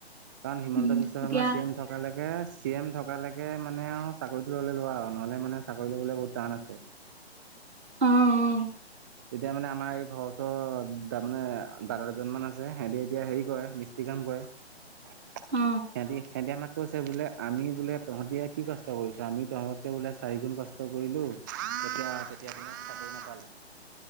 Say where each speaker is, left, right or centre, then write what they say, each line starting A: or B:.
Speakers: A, on the right; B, on the right.
A: কাৰণ হিমন্ত
B: উম
A: বিশ্ব শৰ্মা
B: এতিয়া
A: চি এম থকালৈকে চি এম থকালৈকে মানে আৰু চাকৰিটো ল'লে লোৱা আৰু নহ'লে মানে চাকৰি ল'বলৈ বহুত টান আছে।
B: অ', অ'।
A: তেতিয়া মানে আমাৰ এই ঘৰ ওচৰৰতৰ মানে দাদা দুজন মান আছে সিহঁতি এতিয়া হেৰি কৰে মিস্ত্ৰী কাম সিহঁতি
B: অ',
A: সিহঁতি আমাক কৈছে বোলে আমি বোলে তহঁতি কি কষ্ট কৰিছ আমি তহঁতে বোলে চাৰিগুণ কষ্ট কৰিলো। তেতিয়া তেতিয়া দিনত চাকৰি নাপালো।